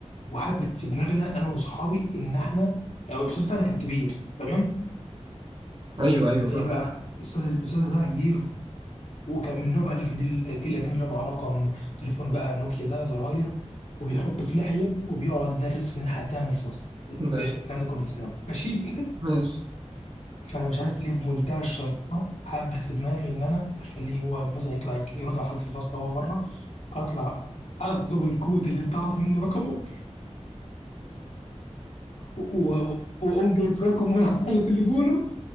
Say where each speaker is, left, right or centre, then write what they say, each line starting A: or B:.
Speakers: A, on the left; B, on the right.
A: وحبت في دماغنا انا واصحابي ان احنا او الاستاذ بتاعنا كان كبير تمام
B: ايوه ايوه
A: ايه
B: فاهم
A: بقى الاستاذ الاستاذ بتاعنا كبير وكان من النوع بقى الجديد الجيل القديم اللي هو معاه رقم تليفون بقى نوكيا ده زراير وبيحطه في ناحيه وبيقعد يدرس في الناحيه التانيه من الفصل
B: ماشي
A: في الكلام ده كنا في ثانوي ماشي
B: ماشي
A: <laughs> فانا مش عارف ليه بمنتهى الشيطنه حبت في دماغي ان انا اخليه هو مثلا يطلع يك- يرد على حد في الفصل وهو بره اطلع اطلب الكود اللي تعرف منه رقمه و- و- واقوم جايب رقمه <laughs> من على تليفونه